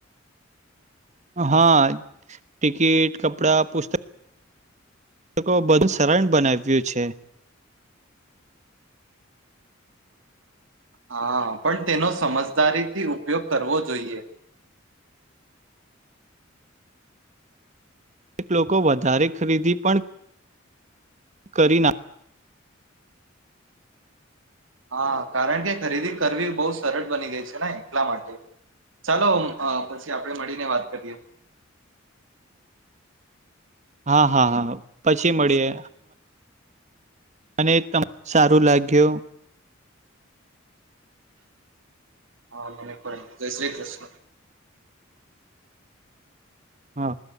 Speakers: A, on the right (about 35°); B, on the right (about 75°).
A: હા ટિકિટ કપડા પુસ્તક પુસ્તકો બંધ સરણ બનાવ્યું છે
B: હા પણ તેનો સમજદારીથી ઉપયોગ કરવો જોઈએ
A: અનેક લોકો વધારે ખરીદી પણ કરી નાખ
B: હા કારણ કે ખરીદી કરવી બહુ સરળ બની ગઈ છે ને એટલા માટે ચાલો અ પછી આપણે મળીને વાત કરીએ
A: હા હા હા પછી મળીએ મને તમને સારું લાગ્યું
B: હા મને પણ જય શ્રી કૃષ્ણ
A: હા